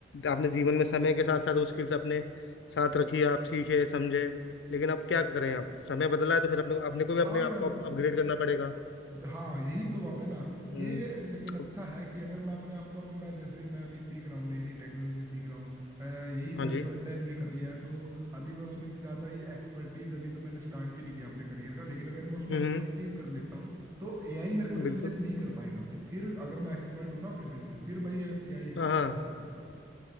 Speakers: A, on the left; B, on the right.
A: आपने जीवन में समय के साथ साथ वो स्किल्स अपने साथ रखी आप सीखे समझे लेकिन अब क्या करें अब समय बदला है तो फिर अपने अपने को
B: हाँ
A: भी अपने
B: यार
A: आप को अपग्रेड
B: बस
A: करना पड़ेगा
B: हाँ यही तो बात है ना ये
A: हम्म
B: लेकिन अच्छा
A: अब-
B: है कि अगर मैं अपने आप को अभी मैं जैसे मैं अभी सीख रहा हूँ नई नई टेक्नोलॉजी सीख रहा हूँ अ, यही
A: हाँ
B: मैंने
A: जी
B: फ्रंट एंड भी कर लिया है तो अभी मैं उसमें भी ज़्यादा ही एक्सपर्टीज अभी तो मैंने स्टार्ट भी नहीं किया अपने करियर का लेकिन अगर मैं उसमें
A: हम्म
B: एक्सपर्टीज
A: हम्म,
B: कर लेता हूँ तो एआई मेरे को
A: बिल्कुल
B: रिप्लेस नहीं कर पाएगा फिर फिर अगर मैं एक्सपर्ट हूँ ना अपनी फील्ड में फिर भाई एआई रिप्लेस
A: हाँ हाँ
B: नहीं कर सकता